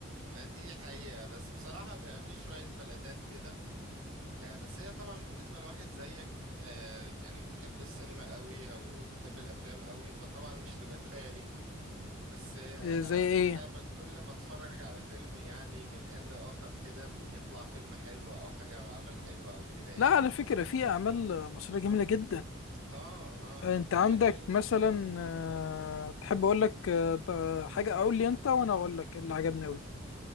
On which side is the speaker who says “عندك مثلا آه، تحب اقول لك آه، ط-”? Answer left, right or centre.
Left